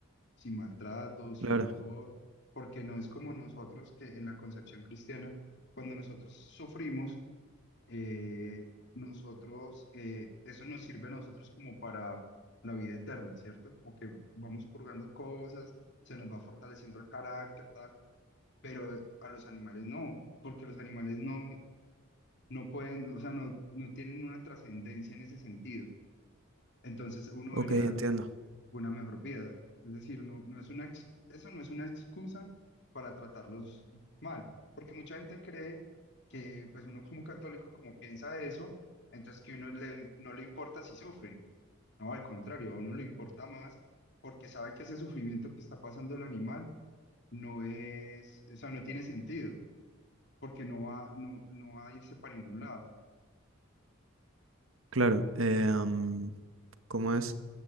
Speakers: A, on the left; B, on the right.
A: sin maltrato, sin
B: claro,
A: dolor, porque no es como nosotros que en la concepción cristiana, cuando nosotros sufrimos, eh, nosotros, eh, eso nos sirve a nosotros como para la vida eterna, ¿cierto? Como que vamos purgando cosas, se nos va fortaleciendo el carácter, tal pero a los animales no, porque los animales no, no pueden, o sea, no, no tienen una trascendencia en ese sentido. Entonces uno
B: ok,
A: debería
B: entiendo.
A: darles una mejor vida. Es decir, no, no es una, ex- eso no es una excusa para tratarlos mal, porque mucha gente cree que pues uno como católico, como piensa eso, entonces que uno le, no le importa si sufren. No, al contrario, a uno le importa más porque sabe que ese sufrimiento que está pasando el animal no es, o sea, no tiene sentido porque no va, no, no va a irse para ningún lado.
B: Claro, em, ¿Cómo es?